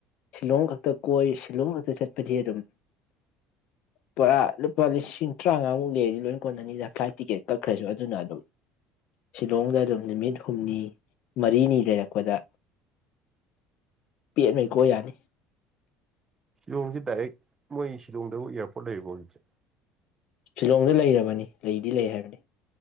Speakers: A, on the left; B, on the right.
A: ꯁꯤꯂꯣꯡ ꯈꯛꯇ ꯀꯣꯏ ꯁꯤꯂꯣꯡ ꯈꯛꯇ ꯆꯠꯄꯗꯤ ꯑꯗꯨꯝ ꯄꯨꯔꯥ ꯂꯨꯄꯥ ꯂꯤꯁꯤꯡ ꯇꯔꯥꯃꯉꯥꯃꯨꯛ ꯂꯩꯔꯗꯤ ꯂꯣꯏ ꯀꯣꯟ ꯅꯅꯤꯗ ꯐ꯭ꯂꯥꯏꯠ ꯇꯤꯛꯀꯦꯠ ꯀꯛꯈ꯭ꯔꯁꯨ ꯑꯗꯨꯅ ꯑꯗꯨꯝ ꯁꯤꯂꯣꯡꯗ ꯑꯗꯨꯝ ꯅꯨꯃꯤꯠ ꯍꯨꯝꯅꯤ ꯃꯔꯤꯅꯤ ꯂꯩꯔꯛꯄꯗ ꯄꯦꯠꯃꯩ ꯀꯣꯏ ꯌꯥꯅꯤ
B: ꯁꯤꯂꯣꯡꯁꯤ ꯗꯥꯏꯔꯦꯛ ꯃꯣꯏ ꯁꯤꯂꯣꯡꯗꯕꯨ ꯏꯌꯥꯔꯄꯣꯔꯠ ꯂꯩꯔꯤꯕꯣ ꯍꯧꯖꯤꯁꯦ
A: ꯁꯤꯂꯣꯡꯗ ꯂꯩꯔꯕꯅꯤ ꯂꯩꯗꯤ ꯂꯩ ꯍꯥꯏꯕꯅꯤ